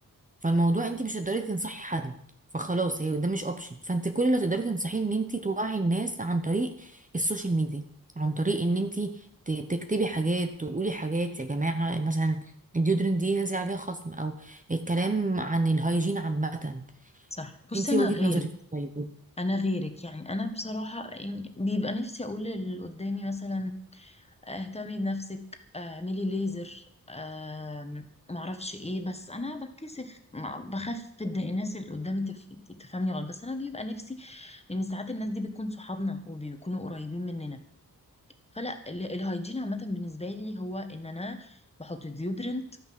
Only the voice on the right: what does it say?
فالموضوع انت مش هتقدري تنصحي حد فخلاص هي ده مش اوبشن فانت كل اللي تقدري تنصحيه ان انت توعي الناس عن طريق السوشيال ميديا عن طريق ان انت ت- تكتبي حاجات تقولي حاجات يا جماعة مثلا الديودرنت دي نازل عليها خصم او الكلام عن الهايجين عامة
انت
وجهة
نظرك طيب